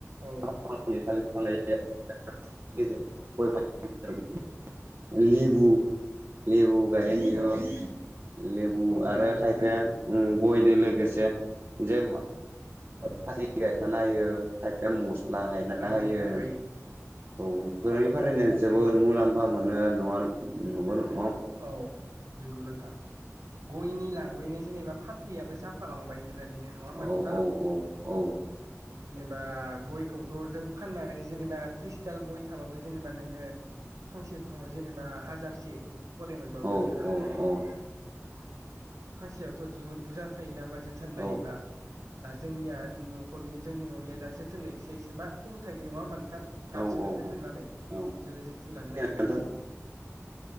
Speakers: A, on the right; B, on the right.
A: औ
B: <unintelligible> लेबु- लेबु गायनाय नुयो
A: औ
B: लेबु
A: औ
B: आरो
A: गायो नोंथां
B: खायफाया
A: गायो
B: गयदो लोगोसे जे- फाललि गायफा नायो खायफाया मस्थ <unintelligible> लागायना
A: गायो
B: होयो
A: नोंथां गायो
B: औ बेफोरनिफारायनो
A: औ बेफोरबायदिनो
B: जोबोद मुलामफा- मुलामफा मोनो आरो नंडा़ होनबा नं खौ।
A: औ- नंगौ नोंथां। गयनि लागायौनो जेनेबा फाथैयाबो जाफालांबाय बेबायदि दिनो नङा होनबा
B: औ
A: नोंथां?
B: औ औ औ
A: जेनेबा गयखौथ' जों फाननानै जेनेबा थृस्त दाल गय थाबाबो जेनेबा नोङो फांसे बिफाङाव जेनेबा हाजारसे गदाय मोनबाबो
B: औ
A: जेनेबा
B: औ औ
A: फांसेयावथ' जोबोद बुरजा थायो नामा होमबा जोथोन लायोबा
B: औ
A: दा जोंनिया हरनि जोंनि न'निया दा जोथोन लायखसै एसेबा खम थायो नङा होमबा नोंथां? गारसोना
B: औ औ
A: दोनो नालाय
B: औ
A: जोङो जोथिोन लानो नागिरा
B: नोंथां
A: एसे